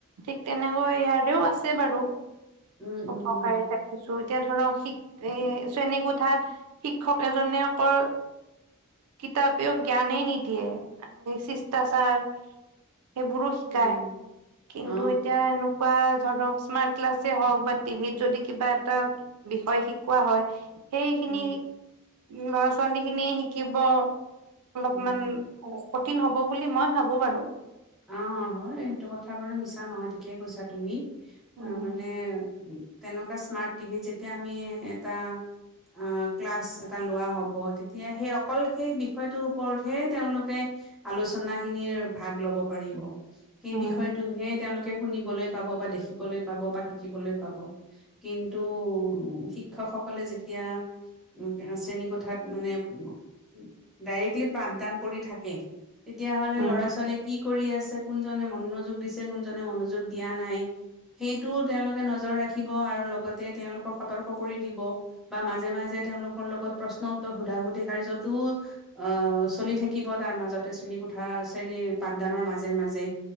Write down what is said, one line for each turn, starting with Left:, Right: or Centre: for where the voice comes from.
Right: ঠিক তেনেকৈ ইয়াৰেও আছে বাৰু।
Centre: উম, উম,
Right: উপকাৰী ৰাখিছোঁ, এতিয়া ধৰক শিক এ, শ্ৰেণী কোঠাত শিক্ষক এজনে অকল কিতাপেও জ্ঞানেই নিদিয়ে, মানে শিষ্টাচাৰ সেইবোৰো শিকাই,
Centre: উম,
Right: কিন্তু
Centre: অ',
Right: এতিয়া এনেকা বা ধৰক স্মাৰ্ট ক্লাছে হওক বা টিভিত যদি কিবা এটা বিষয় শিকোৱা হয় সেই
Centre: উম,
Right: খিনি ল'ৰা ছোৱালীখিনি শিকিব। অলপমান
Centre: উম।
Right: অ' কঠিন হ'ব বুলি মই ভাবোঁ বাৰু।
Centre: অ' হয় সেইটো কথা বাৰু মিছা নহয় ঠিকেইে কৈছা তুমি।
Right: উম
Centre: তাৰমানে তেনেকুৱা স্মাৰ্ট টিভি যেতিয়া আমি এটা আ, ক্লাছ এটা লোৱা হ'ব তেতিয়া সেই অকল সেই বিষয়টোৰ ওপৰতহে তেওঁলোকে আলোচনাখিনিৰ ভাগ ল'ব পাৰিব। সেই
Right: উম
Centre: বিষয়টোহে তেওঁলোকে শুনিবলৈ পাব বা দেখিবলৈ পাব বা শিকিবলৈ পাব। কিন্তু শিক্ষকসকলে যেতিয়া উ, শ্ৰেণীকোঠাত মানে উ, ডাইৰেক্টলি পাঠদান কৰি থাকে। তেতিয়াহ'লে
Right: উম
Centre: ল'ৰা ছোৱালীয়ে কি কৰি আছে, কোনজনে মনোযোগ দিছে কোনজনে মনোযোগ দিয়া নাই সেইটোও তেওঁলোকে নজৰ ৰাখিব আৰু লগতে তেওঁলোকক সতৰ্ক কৰি দিব। বা মাজে মাজে তেওঁলোকৰ লগত প্ৰশ্ন উত্তৰ সোধা সুধি কাৰ্যতো অ' চলি থাকিব তাৰ মাজতে শ্ৰেণীকোঠা, শ্ৰেণী পাঠদানৰ মাজে মাজে